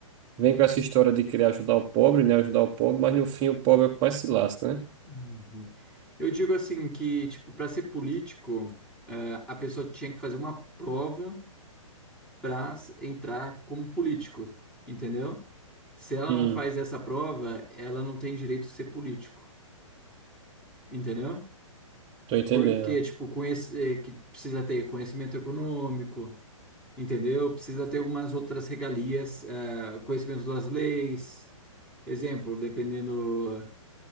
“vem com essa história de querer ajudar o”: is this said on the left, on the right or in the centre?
Right